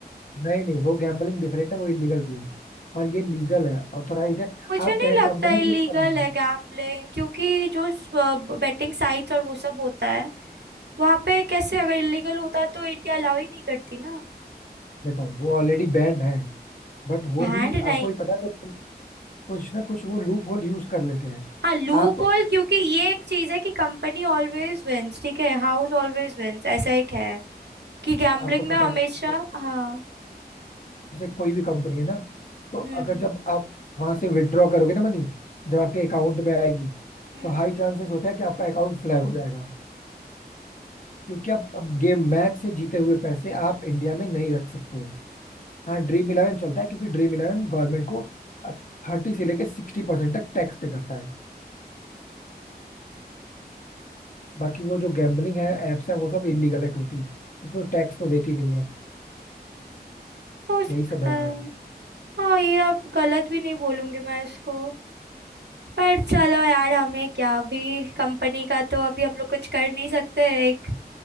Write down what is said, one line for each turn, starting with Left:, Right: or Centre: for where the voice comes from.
Left: नहीं नहीं वो गैम्बलिंग डिफरेंट है वो इलीगल भी है और ये लीगल है ऑथोराइज्ड है
Right: मुझे
Left: आप
Right: नहीं
Left: क्या है
Right: लगता
Left: कंपनी
Right: इलीगल
Left: के ऊपर नहीं
Right: है
Left: है।
Right: गैम्बलिंग क्योंकि जो बेटिंग साइट्स और वो सब होता है वहां पे कैसे अगर इलीगल होता तो इंडिया अलाउ ही नहीं करती ना
Left: देखो वो ऑलरेडी बैंड है बट वो
Right: बैंड
Left: भी
Right: नहीं
Left: आपको भी पता है वो कुछ कुछ ना कुछ वो लूप होल यूज कर लेते हैं
Right: हाँ लूप
Left: आप
Right: होल क्योंकि ये एक चीज है कि कंपनी ऑलवेज विंस ठीक है हाउस ऑलवेज विंस ऐसा एक है कि गैम्बलिंग
Left: आपको
Right: में
Left: पता
Right: हमेशा
Left: है ना, जैसे
Right: हाँ
Left: जैसे कोई भी कंपनी है ना तो
Right: हम्म
Left: अगर जब आप वहां से विड्रॉ करोगे ना मनी जब आपके अकाउंट
Right: हम्म
Left: में आएगी
Right: हम्म,
Left: तो हाई चांसेस होता है कि आपका अकाउंट फ्लैग हो जाएगा क्योंकि अब अब गेम मैच से जीते हुए पैसे आप इंडिया में नहीं रख सकते हाँ ड्रीम इलेवन चलता है क्योंकि ड्रीम इलेवन गवर्नमेंट को थर्टी से लेके सिक्सटी परसेंट तक टैक्स पे करता है बाकी वो जो गैम्बलिंग है एप्स है वो सब इलीगल है टोटली क्योंकि वो टैक्स तो देती नहीं है
Right: हो सकता
Left: यही सब है
Right: है
Left: यार
Right: हाँ ये अब गलत भी नहीं बोलूंगी मैं इसको पर चलो यार हमें क्या अभी कंपनी का तो अभी हम लोग कुछ कर नहीं सकते एक